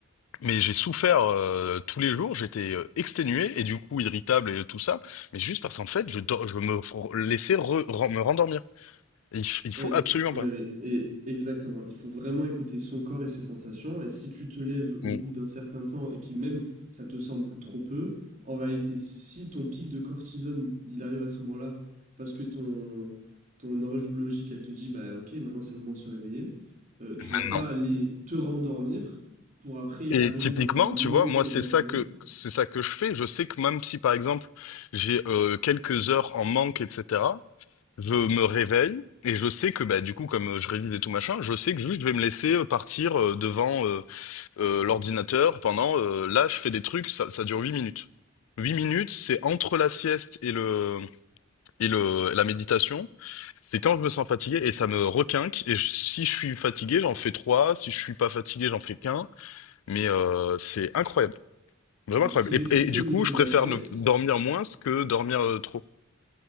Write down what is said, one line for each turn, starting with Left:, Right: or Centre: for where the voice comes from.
Left: mais j'ai souffert euh, tous les jours, j'étais euh, exténué et du coup irritable et tout ça, mais juste parce qu'en fait, je, dor- je me f- laissais re- ren- me rendormir. Et il, f- il
Right: Oui,
Left: faut absolument
Right: oui,
Left: pas.
Right: oui, et exactement. Il faut vraiment écouter son corps et ses sensations. Et si tu te lèves au
Left: Ou
Right: bout d'un certain temps et qui même ça te semble trop peu, en réalité, si ton pic de cortisone, il arrive à ce moment-là, parce que ton, ton horloge biologique, elle te dit, bah ok, maintenant c'est le moment de se réveiller, euh, tu
Left: maintenant.
Right: vas pas aller te rendormir pour après
Left: Et
Right: arriver
Left: typiquement,
Right: dans un moment
Left: tu vois, moi
Right: de
Left: c'est
Right: ta
Left: ça
Right: journée.
Left: que c'est ça que je fais. Je sais que même si par exemple j'ai euh, quelques heures en manque, etc., je me réveille et je sais que bah du coup comme euh, je révise et tout machin, je sais que juste je vais me laisser euh, partir euh, devant euh, euh, l'ordinateur pendant euh, là je fais des trucs ça, ça dure 8 minutes. huit minutes, c'est entre la sieste et le et le la méditation. C'est quand je me sens fatigué et ça me requinque et je- si je suis fatigué, j'en fais 3 si je suis pas fatigué, j'en fais qu'un mais euh, c'est incroyable. Vraiment
Right: Alors,
Left: incroyable.
Right: ce qu'ils
Left: Et,
Right: expliquaient
Left: et du
Right: au niveau
Left: coup, je
Right: de
Left: préfère
Right: la sieste,
Left: ne dormir moins que dormir euh, trop,